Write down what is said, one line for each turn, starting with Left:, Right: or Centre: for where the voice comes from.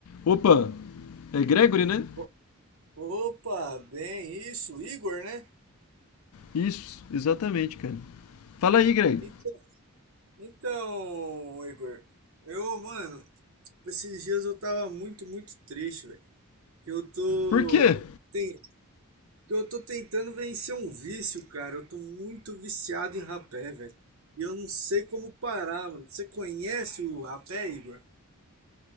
Left: Opa, é Gregory, né?
Right: O- Opa, bem, isso, Igor, né?
Left: Isso, exatamente, cara. Fala aí, Gregory.
Right: Então, então, Igor, eu, mano, esses dias eu tava muito, muito triste, velho. Que eu tô,
Left: Por quê?
Right: tem, que eu tô tentando vencer um vício, cara. Eu tô muito viciado em rapé, velho. E eu não sei como parar, mano. Você conhece o rapé, Igor?